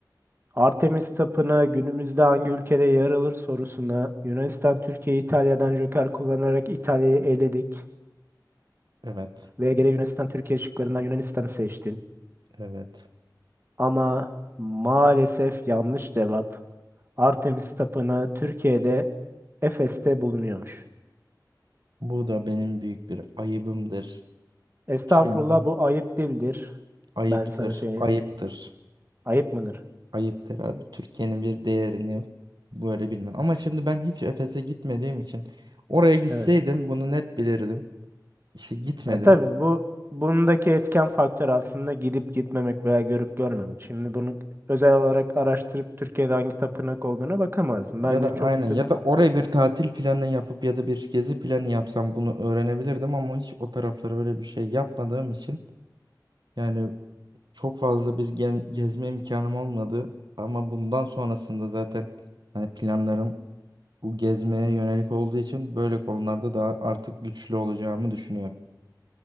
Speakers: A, on the right; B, on the right.
A: Artemis Tapınağı günümüzde hangi ülkede yer alır sorusuna Yunanistan Türkiye'yi İtalya'dan joker kullanarak İtalya'yı eledik
B: Evet,
A: ve gene Yunanistan Türkiye şıklarından Yunanistan'ı seçtin.
B: evet.
A: Ama maalesef yanlış cevap. Artemis Tapınağı Türkiye'de Efes'te bulunuyormuş.
B: Bu da benim büyük bir ayıbımdır.
A: Estağfurullah
B: Çünkü
A: bu ayıp değildir.
B: ayıptır,
A: Ben sana söyleyeyim.
B: ayıptır.
A: Ayıp mıdır?
B: Ayıptır abi. Türkiye'nin bir değerini böyle bilmem. Ama şimdi ben hiç Efes'e gitmediğim için oraya gitseydim
A: Evet.
B: bunu net bilirdim. İşte gitmedim.
A: Ya tabii bu bundaki etken faktör aslında gidip gitmemek veya görüp görmemek. Şimdi bunu özel olarak araştırıp Türkiye'de hangi tapınak olduğuna bakamazsın. Bence
B: Ya da
A: çok
B: aynen ya
A: da
B: da oraya bir tatil planı yapıp ya da bir gezi planı yapsam bunu öğrenebilirdim ama hiç o taraflara öyle bir şey yapmadığım için yani çok fazla bir gem- gezme imkanım olmadı ama bundan sonrasında zaten hani planlarım bu gezmeye yönelik olduğu için böyle konularda daha artık güçlü olacağımı düşünüyorum.